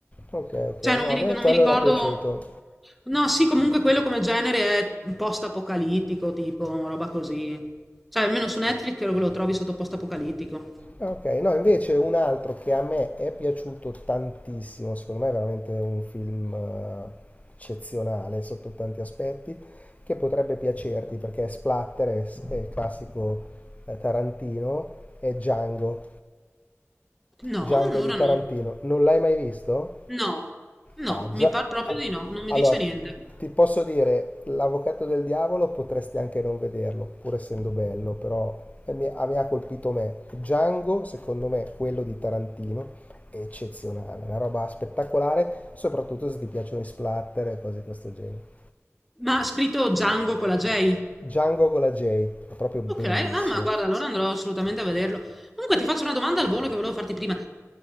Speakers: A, on the left; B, in the centre.
A: Ok, ok,
B: Cioè, non
A: no,
B: mi,
A: a
B: ric-
A: me
B: non
A: quello
B: mi ricordo.
A: era piaciuto.
B: No, sì, comunque quello come genere è post-apocalittico, tipo, roba così. Cioè, almeno su Netflix credo che lo trovi sotto post-apocalittico.
A: Ok, no, invece un altro che a me è piaciuto tantissimo, secondo me è veramente un film eh, eccezionale sotto tanti aspetti, che potrebbe piacerti perché è splatter, è, s- è il classico eh, Tarantino, è Django,
B: No,
A: Django
B: allora
A: di Tarantino.
B: no.
A: Non l'hai mai visto?
B: No,
A: Ah,
B: no, mi
A: già.
B: pare proprio
A: ah,
B: di no, non mi
A: Allora,
B: dice niente.
A: ti posso dire, l'avvocato del diavolo potresti anche non vederlo, pur essendo bello, però eh, mi, ah, mi ha colpito me. Django, secondo me, quello di Tarantino, è eccezionale, una roba spettacolare, soprattutto se ti piacciono i splatter e cose di questo genere.
B: Ma ha scritto Django con la J?
A: Django con la J, è proprio bellissimo.
B: Ok, ah ma guarda, allora andrò assolutamente a vederlo. Comunque ti faccio una domanda al volo che volevo farti prima.